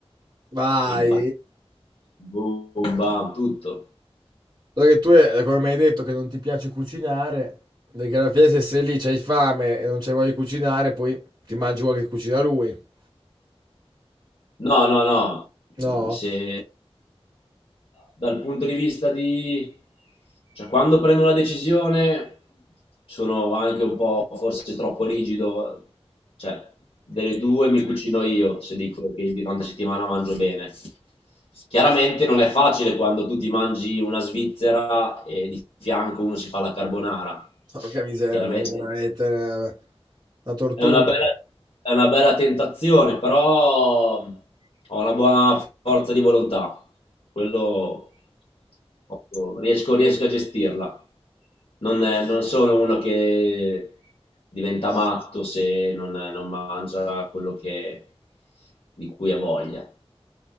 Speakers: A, on the right (about 40°); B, on the left (about 70°).
A: Vai.
B: impa- Boom, bam, tutto.
A: Allora che tu, eh, come mi hai detto, che non ti piace cucinare, perché alla fine se sei lì, c'hai fame e non c'hai voglia di cucinare, poi ti mangi quello che cucina lui.
B: No, no, no.
A: No?
B: Mm, Se dal punto di vista di... Cioè, quando prendo una decisione sono anche un po' forse troppo rigido. Cioè, delle due mi cucino io se dico che durante la settimana mangio bene. Chiaramente non è facile quando tu ti mangi una svizzera e di fianco uno si fa la carbonara.
A: Porca miseria,
B: Chiaramente
A: quello è veramente una, una tortura.
B: È una bella, è una bella tentazione, però ho una buona forza di volontà. Quello posso- riesco, riesco a gestirla. Non, è- non sono uno che diventa matto se non, non mangia quello che- di cui ha voglia.